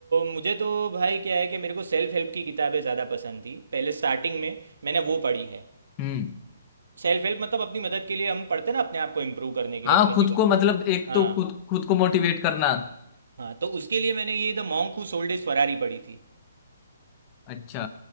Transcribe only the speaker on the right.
मुझे तो भाई क्या है कि मेरे को सेल्फ हेल्प की किताबें ज़्यादा पसंद थी पहले स्टार्टिंग में मैंने वो पढ़ी है
सेल्फ हेल्प मतलब अपनी मदद के लिए हम पढ़ते हैं ना अपने आप को इम्प्रूव करने के
लिए अपने
जीवन
को
हाँ
हाँ तो उसके लिए मैंने ये the monk who sold his Ferrari पढ़ी थी